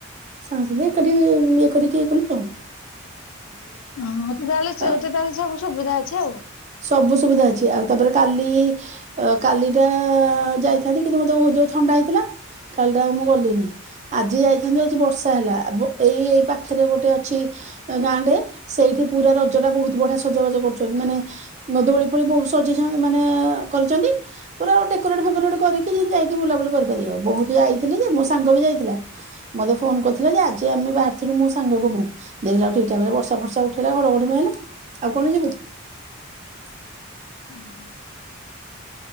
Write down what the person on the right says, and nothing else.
ସାଙ୍ଗସାଥି ଏକାଠି ଇଏ କରିକି କିଏ କଇଲୁ ଓ।
ଆ
ସବୁ ସୁବିଧା ଅଛି। ଆଉ ତାପରେ କାଲି ଅ କାଲି ଟା ଯାଇଥାନ୍ତି କିନ୍ତୁ ମୋତେ ଯୋଉ ଥଣ୍ଡା ହେଇଥିଲା କାଲି ଟା ମୁଁ ଗଲିନି। ଆଜି ଯାଇଥାନ୍ତୁ ଆଜି ବର୍ଷା ହେଲା। ଏଇ ଏଇ ପାଖରେ ଗୋଟେ ଅଛି ଗାଁଟେ। ସେଇଠି ପୁରା ରଜଟା ବହୁତ ବଢିଆ ସଜବାଜ କରୁଛନ୍ତି। ମାନେ ଦୋଳି ଫୋଳି ବହୁତ ସଜେଇଛନ୍ତି। ମାନେ କରିଛନ୍ତି। ପୁରା ଗୋଟେ ଡେକୋରେଟ ଫୋରେଟ କରିକି ଯାଇକି ବୁଲାବୁଲି କରିପାରିବ। ବହୁତ ଯାଇଥିଲି ଯେ ମୋ ସାଙ୍ଗ ବି ଯାଇଥିଲା। ମତେ ଫୋନ କରିଥିଲା ଯେ ଆଜି ଆମେ ବାହାରିଥିଲୁ ମୋ ସାଙ୍ଗ କୁ ମୁଁ। ଦେଖିଲାକୁ ଠିକ ଟାଇମରେ ବର୍ଷା ଫର୍ଷା ଉଠେଇଲା ଘଡ଼ଘଡ଼ି ମାଇଲା ଆଉ କଣ ଯିବୁ। <inaudible>